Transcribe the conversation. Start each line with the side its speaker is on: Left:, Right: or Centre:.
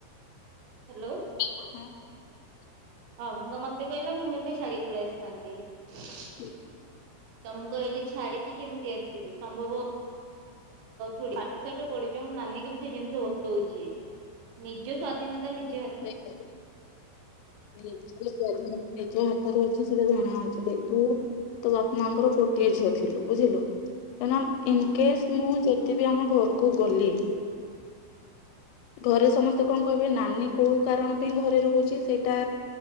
Right: ହାଲୋ।
Left: ହୁଁ କହ।
Right: ହଁ ମୁଁ ବା ମ ମତେ କହିଲା ମୁଁ ହେଇଥିଲେ ଛାଡିକି ପଳେଇଆସିଥାନ୍ତ ଏ।
Left: ହୁଁ।
Right: ତ ମୁଁ କହିଲି ଛାଡିକି କେମିତି ଆସିବି ସମ୍ଭବ। ଠ ସାଠ ପଡିଯ ମୁଁ ନାନୀ କେ ବି ସେ ଜିନିଷ ବସଉଛି ନିଜ ସ୍ଵାଧୀନତା ନି
Left: ନିଜ ହାତରେ ଅଛି ସେଟା ଜଣା ଅଛି। ତୁ ତୋ ବାପ ମାଙ୍କର ଗୋଟିଏ ଝିଅ ଥିଲୁ ବୁଝିଲୁ। କାହିଁକିନା ଇନକେଶ
Right: ହଁ
Left: ମୁଁ ଯଦି ବି ଆମ ଘରକୁ ଗଲି ଘରେ ସମସ୍ତେ କଣ କହିବେ ନାନୀ କୋଉ କାରଣ ପାଇଁ ଘରେ ରହୁଛି ସେଇଟା